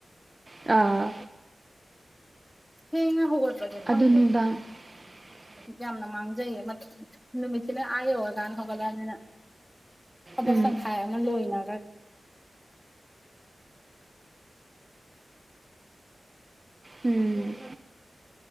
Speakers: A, on the right; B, in the centre.
A: ꯑꯥ
B: ꯍꯦꯡꯉ ꯍꯒꯣꯠ ꯄꯖꯦ ꯊꯪꯦ
A: ꯑꯗꯨ <inaudible>
B: ꯌꯥꯝꯅ ꯃꯥꯡꯖꯩꯌꯦ ꯅꯨꯃꯤꯠꯁꯤꯅ ꯑꯥ ꯌꯧꯔꯀꯥꯟꯅ ꯍꯧꯒꯠꯂꯅꯤꯅ ꯈꯕꯜ
A: ꯎꯝ
B: ꯆꯪꯈꯥꯏ ꯑꯅ ꯂꯍꯤꯅꯒ
A: ꯎꯝ